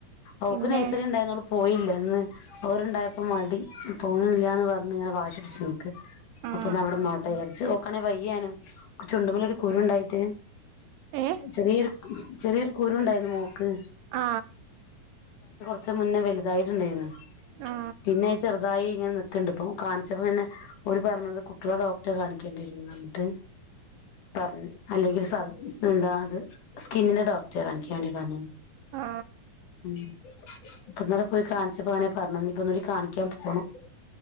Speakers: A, on the left; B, on the right.
A: ഓൾക്ക്
B: പിന്നെ
A: നൈസറി ഉണ്ടായിരുന്നു പോയില്ല എന്ന് അവരുണ്ടായപ്പോൾ മടി പോന്നില്ലന്ന് പറഞ്ഞ് ഇങ്ങനെ വാശി പിടിച്ചിരുന്നു
B: ആ
A: അപ്പൊവിടെ നോട്ട തചാരിച്ച് നോക്കാണെങ്കിൽ വയ്യാനും കു ചുണ്ടുമലൊ ഒരു കുരുണ്ടായിട്ട
B: ഏ
A: ചെറിയൊരു ചെറിയൊരു കുരു ഉണ്ടായിരുന്നു മോക്ക്
B: ആ
A: ച്ച് മുന്നേ വലുതായിട്ടുണ്ടായിരുന്നു
B: ആ
A: പിന്നെ അത് ചെറുതായി ഇങ്ങനെ നിക്കുന്നുണ്ട് ഇപ്പോ കാണിച്ചപ്പോന്നെ ഒരു പറഞ്ഞത് കുട്ടികളെ ഡോക്ടറെ കാണിക്കേണ്ടിരുന്നു പറഞ്ഞിട്ട് പറഞ്ഞു അല്ലെങ്കിൽ സ എന്താത് സ്കിന്നിന്റെ ഡോക്ടറെ കാണിക്കാൻ വേണ്ടി പറഞ്ഞു
B: ആ
A: ഉം ഇപ്പൊ ഇന്നലെ പോയി കാണിച്ചപ്പോ അങ്ങനെ പറഞ്ഞപ്പ ഒന്നുകൂടി കാണിക്കാൻ പോണം